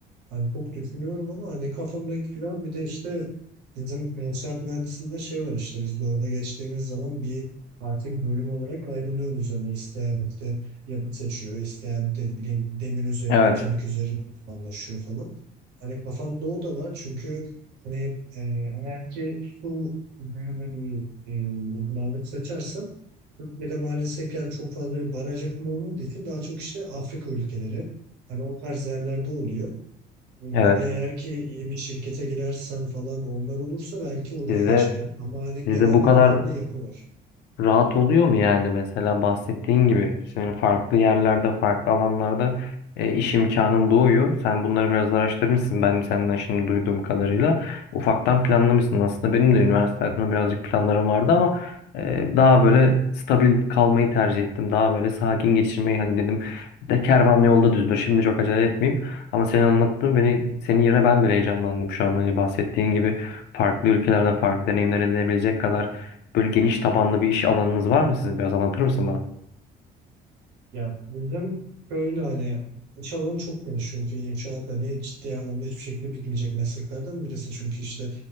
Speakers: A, on the right (about 80°); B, on the left (about 80°).
A: Hani çok düşünüyorum ama hani kafamdaki plan bir de işte bizim inşaat mühendisliğinde şey var işte biz de orada geçtiğimiz zaman bir artık bölüm olarak ayrılıyoruz. Hani isteyen işte yapı seçiyor, isteyen de bileyim demir üzerine,
B: Evet,
A: çelik üzerine uzmanlaşıyor falan. Hani kafamda o da var çünkü hani e, eğer ki su üzerine bir e, uzmanlık seçersem Türkiye'de maalesef yani çok fazla bir baraj yapımı olmadığı için daha çok işte Afrika ülkeleri hani o tarz yerlerde oluyor. Hani
B: evet.
A: eğer ki iyi bir şirkete girersem falan onlar olursa belki oraya
B: Sizde
A: geçerim. Ama hani
B: sizde
A: genelde
B: bu kadar
A: kafamda yapı var.
B: Rahat oluyor mu yani mesela bahsettiğin gibi senin farklı yerlerde farklı alanlarda e, iş imkanın doğuyor. Sen bunları biraz da araştırmışsın ben senden şimdi duyduğum kadarıyla. Ufaktan planlamışsın aslında benim de üniversitede birazcık planlarım vardı ama e, daha böyle stabil kalmayı tercih ettim. Daha böyle sakin geçirmeyi hani dedim de kervan yolda düzdür şimdi çok acele etmeyeyim. Ama senin anlattığın beni senin yerine ben bile heyecanlandım şu an hani bahsettiğin gibi farklı ülkelerde farklı deneyimler edinebilecek kadar Böyle geniş tabanlı bir iş alanınız var mı sizin? Biraz anlatır mısın bana?
A: Ya bizim böyle hani iş alanı çok geniş çünkü inşaat hani ciddi anlamda hiçbir şekilde bitmeyecek mesleklerden birisi. Çünkü işte